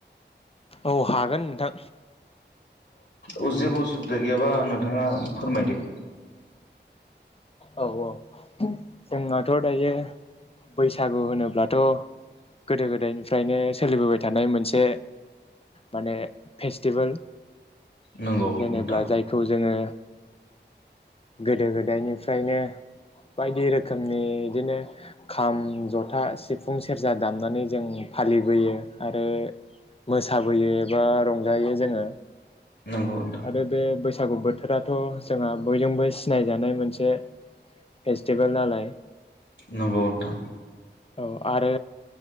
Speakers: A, on the left (about 30°); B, on the left (about 75°).
A: औ हागोन नोंथां
B: अ जेबो असुबि बिदा गैयाबा नोंथाङा फोरमायदो
A: औ औ जोंहथ' दायो बैसागु होनोब्लाथ' गोदो गोदायनिफ्रायनो सोलिबोबाय थानाय मोनसे माने फेस्टिभेल
B: नंगौ
A: जेनेबा
B: नोंथां
A: जायखौ जोङो गोदो गोदायनि निफ्रायनो बायदि रोखोमनि बिदिनो खाम, जथा, सिफुं, सेरजा दामनानै जों फालिबोयो आरो मोसाबोयो एबा रंजायो जोङो
B: नंगौ नोंथां
A: आरो बे बैसागु बोथोर फोराथ' जोंहा बयजोंबो सिनायजानाय मोनसे मोनसे फेस्टिभेल नालाय
B: नंगौ नोंथां
A: औ आरो